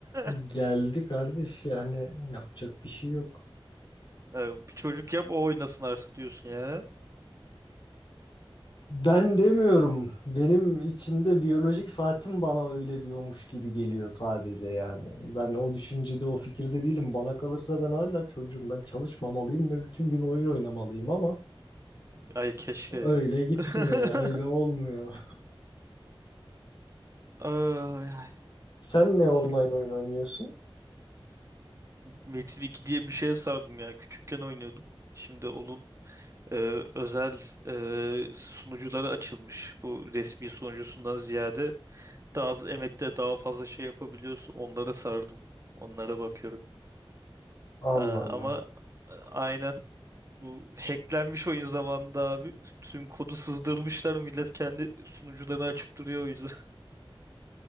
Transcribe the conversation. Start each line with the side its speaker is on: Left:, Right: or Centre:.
Right: <laughs>
Left: geldi kardeş yani yapacak bir şey yok.
Right: Ee, bir çocuk yap o oynasın artık diyorsun ya.
Left: Ben demiyorum. Benim içimde biyolojik saatim bana öyle diyormuş gibi geliyor sadece yani. Ben o düşüncede, o fikirde değilim. Bana kalırsa ben hala çocuğum. Ben çalışmamalıyım ve bütün gün oyun oynamalıyım ama
Right: Ay keşke ya.
Left: öyle gitmiyor
Right: <laughs>
Left: ya, öyle olmuyor.
Right: Ay, ay.
Left: <laughs> Sen ne online
Right: şimdi
Left: oyun oynuyorsun?
Right: Metin iki diye bir şeye sardım ya. Küçükken oynuyordum. Şimdi onun e, özel e, sunucuları açılmış. Bu resmi sunucusundan ziyade daha az emekle daha fazla şey yapabiliyorsun. Onlara sardım. Onlara bakıyorum.
Left: Allah
Right: E,
Left: Allah.
Right: ama e, aynen bu hacklenmiş oyun zamanında abi tüm kodu sızdırmışlar. Millet kendi sunucularını açıp duruyor o yüzden.